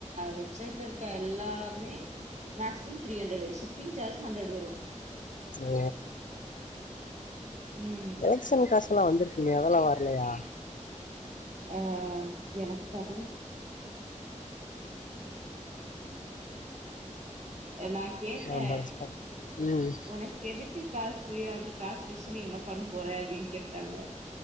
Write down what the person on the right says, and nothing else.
வெப்சைட்ல இருக்க எல்லாமே maximum three hundred shipping charge hundred வரு
ம்
ஆஹ் எனக்கு தெரில என்னா கேட்டே
உனக்கு எதுக்கு காஸ் அந்த காசு வச்சு நீ என்ன பண் போற அப்டின்னு கேட்டாங்க